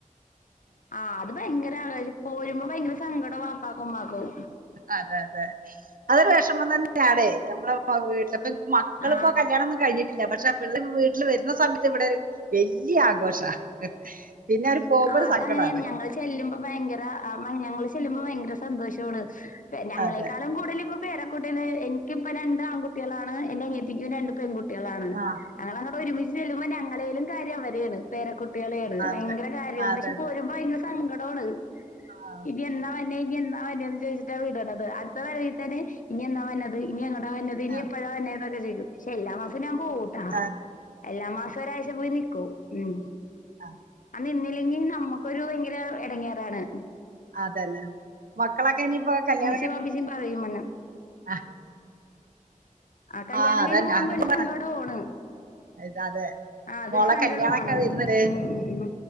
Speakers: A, on the left (about 70°); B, on the right (about 85°).
A: ആഹ് അത് ഭയങ്കര അവിടെ ഒരു പോരുമ്പോൾ ഭയങ്കര സങ്കടം വപ്പാക്കും ഉമ്മാക്കും.
B: അതെ അതെ അതൊരു വിഷം തന്നെയാണേ ഞമ്മള് വീട്ടിൽ ഒക്കെ മക്കള്
A: ആ
B: ഇപ്പോ കല്യാണം ഒന്നും കഴിഞ്ഞി ട്ടില്ല പക്ഷെ പിള്ളരെ വീട്ടിൽ വരുന്ന സമയത്ത് ഇവിടെ ഒരു വലിയ ആഘോഷ പിന്നെ ഒരു. പോകുമ്പോ
A: ആഹ് അത്
B: സങ്കടമാണ്
A: അങ്ങനെയാണ് ഞങ്ങളെ ചെല്ലുമ്പോ ഭയങ്കര ആഹ് ഞങ്ങളെ ചെല്ലുമ്പോ ഭയങ്കര സന്തോഷമാണ്. ഞങ്ങളെക്കളും
B: അതെ
A: കൂടുതൽ ഇപ്പോ പേരക്കുട്ടിന്, എനിക്കിപ്പോ രണ്ട് ആൺകുട്ടികളാണ്, എന്റെ അനിയത്തിക്കും രണ്ട് പെൺകുട്ടി കുട്ടികളാണ്
B: ആ
A: ഞങ്ങൾ അങ്ങോട്ട് ഒരുമിച്ച് ചെല്ലുമ്പോ ഞങ്ങളേലും കാര്യം അവരെയാണ് പേരകുട്ടികളെയാണ്
B: അതെ
A: ഭയങ്കര. ആണ്,
B: അതെ
A: പക്ഷെ പോരുമ്പ ഭയങ്കര സങ്കടമാണ്.
B: ആണോ?
A: ഇനി എന്നാ വരുന്നേ ഇനി എന്നാ വരിക, ചോദിച്ചിട്ടാ വിടണത്. ഇപ്പൊ വരവിൽ തന്നെ ഇനി എന്നാ വരുന്നത് ഇനി എങ്ങോട്ട് വരുന്നത് ഇനി
B: ആ,
A: എപ്പഴാ വരുന്നേനൊക്കെ ചോദിക്കും, പക്ഷേ എല്ലാ മാസവും ഞാൻ പോവും. ആഹ്
B: അതെ
A: എല്ലാ മാസവും ഒരാഴ്ച പോയി നിക്കും ഉം.
B: ആഹ്
A: ആഹ് നിന്നില്ലെങ്കിൽ നമുക്കൊരു ഭയങ്കര ഇടങ്ങേറാണ്.
B: അതെന്നെ മക്കളൊക്കെ ഇനിയിപ്പോ കല്യാണം.
A: എന്റെ
B: കഴിഞ്ഞ്
A: ബാപ്പച്ചിയും പറയും വന്ന്.
B: ആ,
A: ആഹ് കല്യാണം
B: ആ അതന്നെ
A: കഴിഞ്ഞ് പോകുമ്പോ
B: അതും
A: ഒരു സങ്കടവാണ്.
B: ഇത് അതെ
A: ആഹ് അതൊരു
B: മോളെ
A: സങ്കടുമാണ്
B: കല്യാണൊക്കെ വരുന്നത്
A: ഉം ഉം ഉം